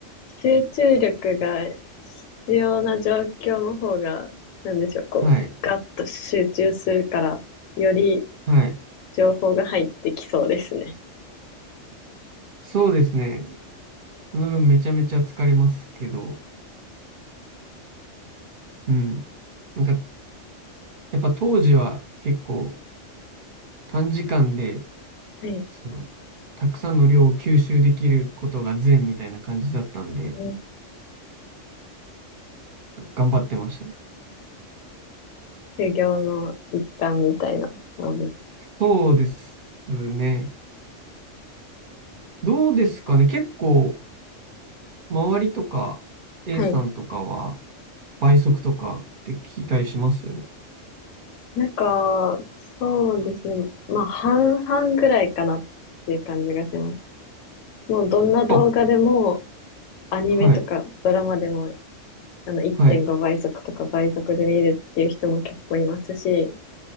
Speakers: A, on the left; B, on the right.
A: 集中力が必要な状況の方が、なんでしょう、こう、
B: はい。
A: ガッと集中するから、より
B: はい。
A: 情報が入ってきそうですね。
B: そうですね。その分めちゃめちゃ疲れますけど、うん。なんか、やっぱ当時は結構短時間で、
A: はい。
B: その、たくさんの量を吸収できることが善みたいな感じだったんで、
A: うん
B: 頑張ってましたね。
A: 修行の一環みたいなものです。
B: そうですね。どうですかね。結構、周りとか、A
A: はい。
B: さんとかは、倍速とかって聞いたりします
A: なんか、そうですね。まあ、半々ぐらいかなっていう感じがします。もうどんな動画でも、
B: あ、
A: アニメとかドラマでも、
B: はい、
A: あの、1.5倍速とか倍速で見るっていう人も結構いますし、
B: はい、